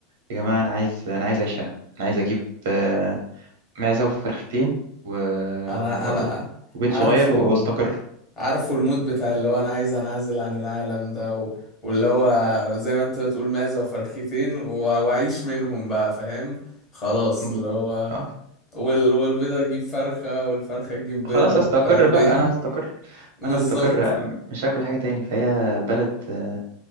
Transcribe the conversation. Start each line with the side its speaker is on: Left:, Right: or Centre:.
Right: يا جماعة أنا عايز أنا عايز أعيش هنا أنا عايز أجيب آه، معزة وفرختين و...
Left: انا
Right: و...
Left: انا
Right: وبيت
Left: عارفه
Right: صغير و- وأستقر
Left: عارفه المود بتاع اللي هو انا عايز انعزل عن العالم ده و... واللي هو زي ما انت بتقول معزة وفرختين و... واعيش منهم بقى فاهم خلاص
Right: م-
Left: اللي هو
Right: آه،
Left: وال... والبيضة تجيب فرخة والفرخة تجيب بيضة
Right: خلاص
Left: ومش
Right: أستقر
Left: عارف
Right: بقى
Left: ايه
Right: أنا أستقر
Left: <laughs> بالظبط
Right: أنا أستقر مش هاكل حاجة تاني فهي بلد آه،